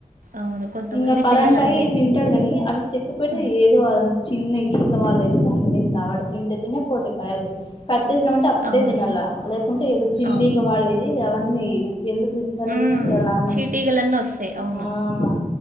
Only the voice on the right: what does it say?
అవును. కొంతమంది
పిల్లలంతే.
హ్మ్.
అవునులే.
అవును.
హ్మ్.
చీటీగలన్నొస్తాయి. అవును.